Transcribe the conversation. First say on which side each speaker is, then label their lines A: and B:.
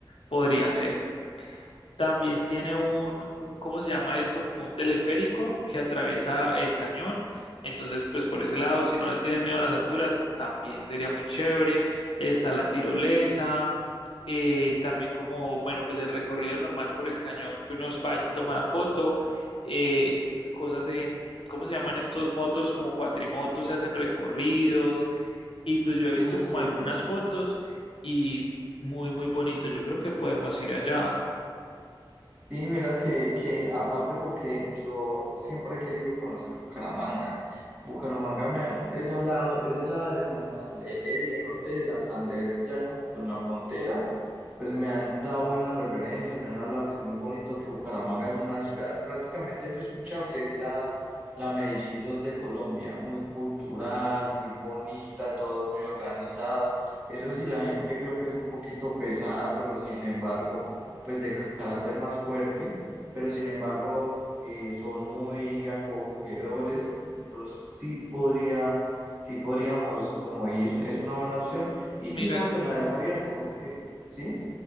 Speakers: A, on the left; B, on the right.
A: podría ser. También tiene un, un, ¿cómo se llama esto? Como un teleférico que atraviesa el cañón. Entonces, pues por ese lado, si no le tienes miedo a las alturas, también sería muy chévere. Está la tirolesa, eh, también como, bueno, pues el recorrido normal por el cañón que uno va y se toma la foto, eh, cosas en, ¿cómo se llaman estos motos? Como cuatrimotos, se hacen recorridos y pues yo he visto
B: Uh, súper.
A: como algunas fotos y muy, muy bonito. Yo creo que podemos ir allá.
B: Sí, mira que, que aparte porque yo siempre he querido conocer Bucaramanga. Bucaramanga me ha- es al lado, es el lado de Santander y el norte de Santander, ya como con la frontera, pues me han dado buenas referencias, me han hablado que muy bonito, que Bucaramanga es una ciudad, prácticamente yo he escuchado que es la, la Medellín 2 de Colombia, muy cultural, muy bonita, todos muy organizados. Eso sí, la gente creo que es un poquito pesada, pero sin embargo pues de carácter más fuerte, pero sin embargo eh, son muy acogedores, entonces sí podría, sí podríamos como ir, es una buena opción,
A: Mira
B: y si no, pues la dejo abierta, porque sí.